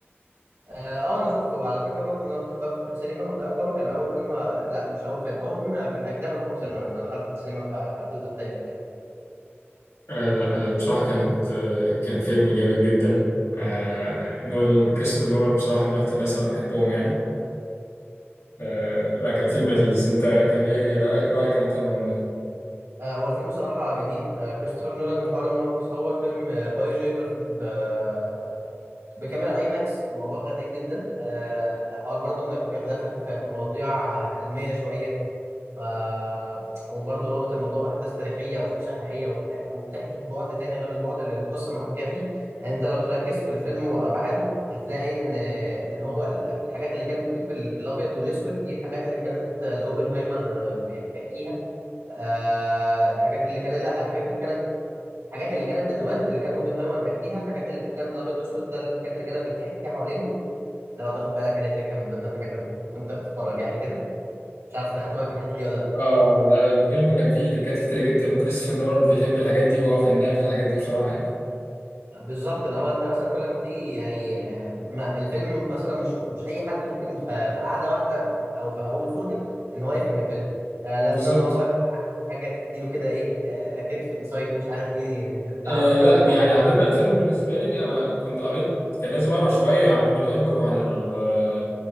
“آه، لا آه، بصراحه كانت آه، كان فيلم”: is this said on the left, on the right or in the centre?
Left